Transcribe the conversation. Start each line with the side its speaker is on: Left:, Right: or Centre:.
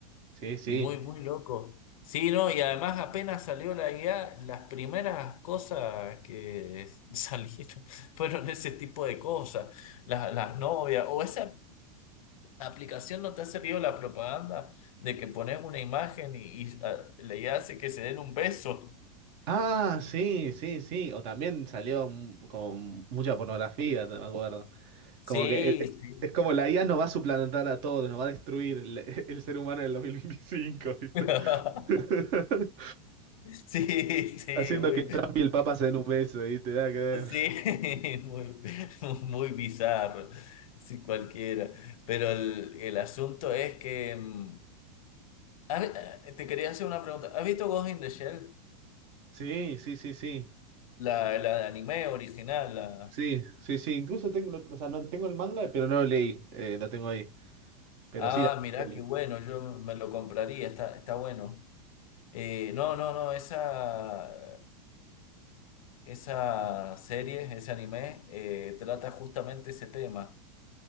Right: sí, sí.
Left: Muy, muy loco. Sí, no, y además apenas salió la IA, las primeras cosas que <laughs> salieron fueron ese tipo de cosas, las, las novias, o esa aplicación no te ha servido la propaganda de que pones una imagen y, y, ah, la IA hace que se den un beso.
Right: Ah, sí, sí, sí. O también salió mm, como mucha pornografía, te me acuerdo.
Left: Sí,
Right: Como que eh,
Left: sí.
Right: es, como la IA nos va a suplantar a todos, nos va a destruir el, <laughs> el ser humano en el 2025, ¿viste?
Left: <laughs>
Right: <laughs>
Left: Sí, sí,
Right: Haciendo
Left: muy.
Right: que Trump y el Papa se den un beso y te da que ver.
Left: Sí, <laughs> muy, muy bizarro, sí, cualquiera. Pero el, el asunto es que... mm, ¿has- eh, te quería hacer una pregunta. ¿Has visto Ghost in the Shell?
Right: Sí, sí, sí, sí.
Left: La, la de anime original. La...
Right: Sí, sí, sí. Incluso tengo, o sea, no tengo el manga, pero no lo leí. Eh, lo tengo ahí. Pero
Left: Ah,
Right: sí la
Left: mirá,
Right: peli.
Left: qué bueno, yo me lo compraría, está, está bueno. Eh, no, no, no, esa, esa serie, ese anime, eh, trata justamente ese tema.